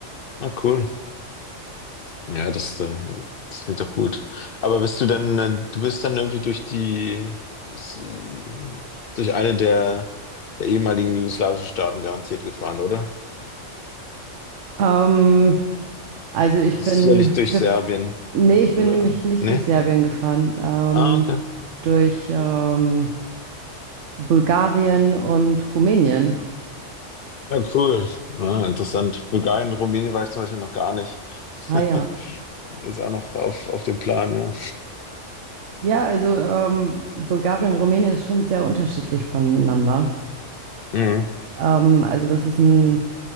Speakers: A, on the left; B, on the right.
A: Ah, cool. Ja, das, äh, das klingt doch gut. Aber bist du dann, äh, du bist dann irgendwie durch die, s- äh, durch eine der, der ehemaligen jugoslawischen Staaten garantiert gefahren, oder?
B: Ähm, also ich
A: Sicherlich
B: bin
A: durch
B: gef
A: Serbien,
B: nee,
A: mit-
B: ich bin
A: oder?
B: nämlich nicht
A: Ne?
B: durch Serbien gefahren, ähm,
A: Ah, okay.
B: durch ähm, Bulgarien und Rumänien.
A: Ja, cool. Ah, interessant. Bulgarien, Rumänien war ich zum Beispiel noch gar nicht.
B: Ah
A: <laughs>
B: ja.
A: Ist auch noch auf, auf dem Plan, ja.
B: Ja, also ähm, Bulgarien und Rumänien ist schon sehr unterschiedlich voneinander.
A: Mhm.
B: Ähm, also das ist ein